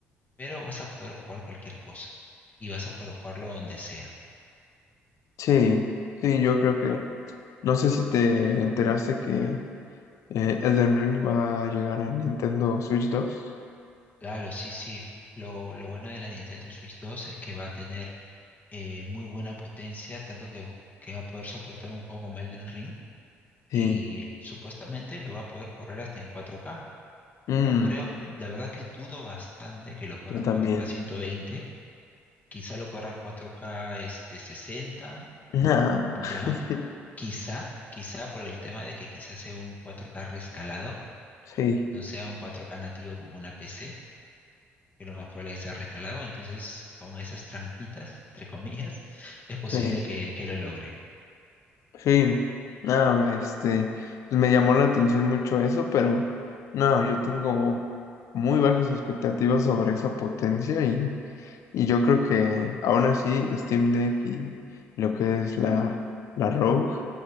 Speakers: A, on the left (about 30°); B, on the left (about 60°).
A: pero vas a poder jugar cualquier cosa y vas a poder jugarlo donde sea.
B: sí, sí, yo creo que No sé si te enteraste que eh, Elden Ring va a llegar a Nintendo Switch dos
A: Claro, sí, sí. Lo, lo bueno de la Nintendo Switch 2 es que va a tener eh, muy buena potencia, tanto que, que va a poder soportar un juego como Elden Ring
B: Sí.
A: y supuestamente lo va a poder correr hasta en 4K.
B: Mm,
A: No creo, la verdad que dudo bastante que lo corra
B: yo también.
A: 4K 120, quizá lo corra 4K este, 60,
B: Nah.
A: ya,
B: <laughs>
A: quizá, quizá por el tema de que quizás sea un 4K rescalado,
B: Sí,
A: no sea un 4K nativo como una PC. que lo más probable es que sea rescalado, entonces con esas trampitas, entre comillas, es posible
B: sí,
A: que que lo logre.
B: sí. No, este, pues me llamó la atención mucho eso, pero no, yo tengo muy bajas expectativas sobre esa potencia y Y yo creo que aún así Steam Deck y lo que es la, la Rogue